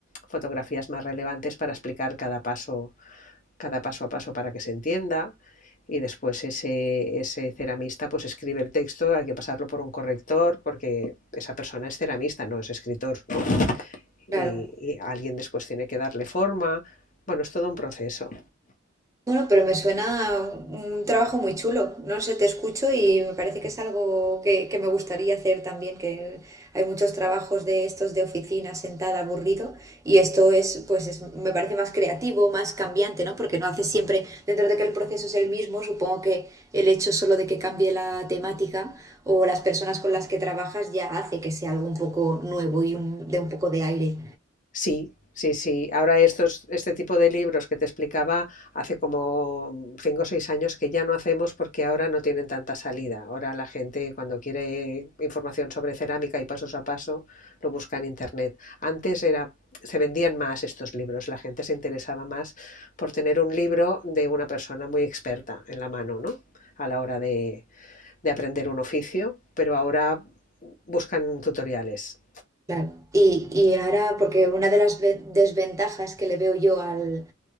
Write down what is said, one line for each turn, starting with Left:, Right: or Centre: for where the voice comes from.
Left: fotografías más relevantes para explicar cada paso cada paso a paso para que se entienda y después ese, ese ceramista pues escribe el texto, hay que pasarlo por un corrector porque esa persona es ceramista, no es escritor ¿no? y,
Right: Claro.
Left: y alguien después tiene que darle forma. Bueno, es todo un proceso.
Right: Bueno, pero me suena a un trabajo muy chulo. No sé, te escucho y me parece que es algo que, que me gustaría hacer también, que hay muchos trabajos de estos de oficina, sentada, aburrido, y esto es, pues es- me parece más creativo, más cambiante, ¿no? Porque no haces siempre, dentro de que el proceso es el mismo, supongo que el hecho solo de que cambie la temática o las personas con las que trabajas ya hace que sea algo un poco nuevo y un, de un poco de aire.
Left: Sí, sí, sí. Ahora estos, este tipo de libros que te explicaba hace como cinco o seis años que ya no hacemos porque ahora no tienen tanta salida. Ahora la gente cuando quiere información sobre cerámica y pasos a paso lo busca en internet. Antes era, se vendían más estos libros, la gente se interesaba más por tener un libro de una persona muy experta en la mano, ¿no? A la hora de, de aprender un oficio, pero ahora buscan tutoriales.
Right: Claro. Y, y ahora, porque una de las ve- desventajas que le veo yo al,